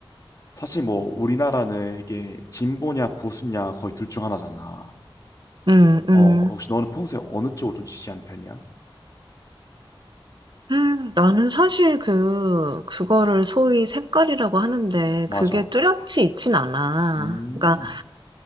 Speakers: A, on the left (about 40°); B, on the right (about 55°).
A: 사실 뭐 우리나라는 이게 진보냐 보수냐 거의 둘 중 하나잖아
B: 응, 응.
A: 어, 혹시 너는 평소에 어느 쪽을 좀 지지하는 편이야?
B: 음, 나는 사실 그, 그거를 소위 색깔이라고 하는데,
A: 맞아.
B: 그게 뚜렷이 있진 않아.
A: 음,
B: 그러니까,